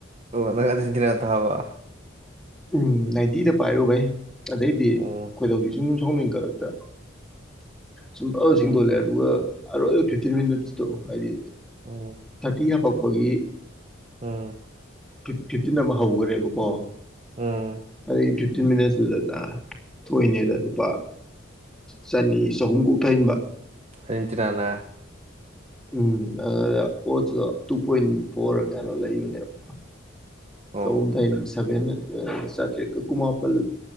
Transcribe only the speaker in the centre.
ꯎꯝ ꯅꯥꯏꯟꯇꯤꯗ ꯄꯥꯏꯔꯨꯕꯩ ꯑꯗꯩꯗꯤ
ꯀꯣꯏꯗꯧꯁꯤ ꯁꯨꯝ ꯁꯣꯃꯤꯡ ꯀꯔꯛꯇ ꯁꯨꯝ ꯄ
ꯁꯤꯡꯗꯣꯜꯂꯦ ꯑꯗꯨꯒ ꯑꯔꯣꯏ ꯐꯤꯞꯇꯤꯟ ꯃꯤꯅꯠꯁꯇꯣ ꯍꯥꯏꯗꯤ
ꯊꯥꯔꯇꯤ ꯍꯥꯄꯛꯄꯒꯤ
ꯐꯤꯐꯇꯤꯟ ꯑꯃ ꯍꯧꯈꯔꯦꯕꯀꯣ
ꯑꯗꯒꯤ ꯐꯤ ꯐꯤꯞꯇꯤꯟ ꯃꯤꯅꯠꯁꯇꯨꯗꯅ ꯊꯣꯛꯏꯅꯦꯅ ꯂꯨꯄꯥ ꯆꯅꯤ ꯆꯍꯨꯝ ꯀꯣꯛꯊꯟꯕ
ꯎꯝ ꯑꯗꯨ ꯑꯣ ꯇꯨ ꯄꯣꯏꯟ ꯐꯣꯔ ꯀꯩꯅꯣ ꯂꯩꯕꯅꯦꯕ
ꯆꯥꯎꯨꯝ ꯗꯟ ꯁꯚꯦꯟꯇꯔꯤ ꯀꯨꯥꯄꯜ